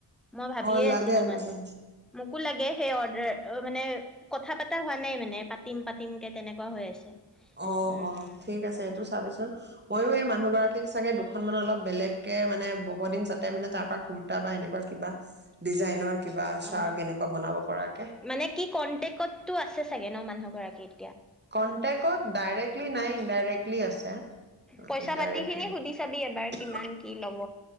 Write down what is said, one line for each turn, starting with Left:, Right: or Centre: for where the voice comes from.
Centre: মই ভাবিয়ে
Right: অ লাগে
Centre: আছিলো মানে
Right: লাগে
Centre: মোকো লাগে সেই অৰ্ডাৰ মানে কথা পতা হোৱা নাই মানে পাতিম পাতিম কে তেনেকুৱা হৈ আছে
Right: অ
Centre: উম
Right: অ ঠিক আছে এইটো চাবিচোন ময়ো এই মান মানুহ গৰাকীক চাগে দুখন মান অলপ বেলেগ কে মানে বব দিম যাতে মানে তাৰ পৰা কুুৰ্তা বা এনেকুৱা কিবা ডিজাইনৰ কিবা চাৰ্ট
Centre: অ
Right: এনেকুৱা বনাব পৰাকে
Centre: মানে কি কনটেকতটো আছে চাগে নহ মানুহগৰাকীত
Right: কনটেকত ডাইৰেক্টলি নাই ইনডাইৰেক্টলি আছে
Centre: পইচা
Right: ইনডাইৰেক্টলি
Centre: পাতি খিনি সুধি চাবি এবাৰ কিমান কি ল'ব